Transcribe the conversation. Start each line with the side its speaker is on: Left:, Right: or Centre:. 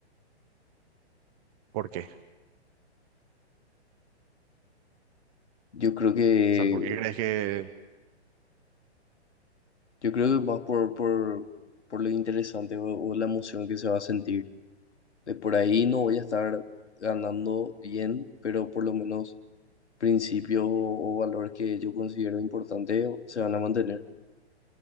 Right: ¿Por qué? O
Left: Yo creo que,
Right: sea, ¿por qué crees que,
Left: yo creo que más por, por, por lo interesante o o la emoción que se va a sentir de por ahí no voy a estar ganando bien, pero por lo menos principios o, o valores que yo considero importantes se van a mantener.